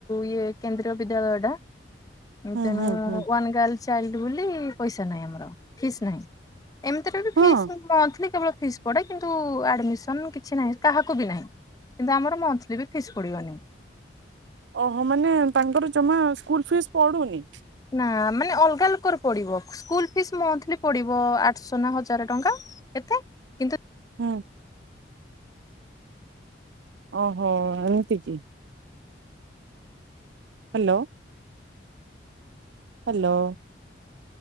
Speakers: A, on the left (about 20°); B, on the right (about 75°).
A: ଇଏ କେନ୍ଦ୍ରୀୟ ବିଦ୍ୟାଳୟଡା
B: ହୁଁ
A: ତେଣୁ
B: ହୁଁ ହୁଁ।
A: ଓନ୍ ଗର୍ଲ ଚାଇଲ୍ଡ ବୋଲି ପଇସା ନାହିଁ ଆମର ଫିସ୍ ନାହିଁ ଏମିତିରେ
B: ହଁ
A: ଫିସ୍ ମନ୍ଥଲି କେବଳ ଫିସ୍ ପଡ଼େ କିନ୍ତୁ ଆଡ଼ମିସନ୍ କିଛି ନାହିଁ। କାହାକୁ ବି ନାହିଁ କିନ୍ତୁ ଆମର ମନ୍ଥଲି ବି ଫିସ୍ ପଡ଼ିବନି
B: ଓହୋ ମାନେ ତାଙ୍କର ଜମା ସ୍କୁଲ ଫିସ୍ ପଢୁନି।
A: ନା ମାନେ ଅଲଗା ଲୋକର ପଡିବ ସ୍କୁଲ ଫିସ୍ ମନ୍ଥଲି ପଡିବ ଆଠଶହ ନା ହଜାର ଟଙ୍କା ଏତେ କିନ୍ତୁ।
B: ହଁ। ଓହୋ ଏମିତିକି। ହ୍ୟାଲୋ। ହ୍ୟାଲୋ।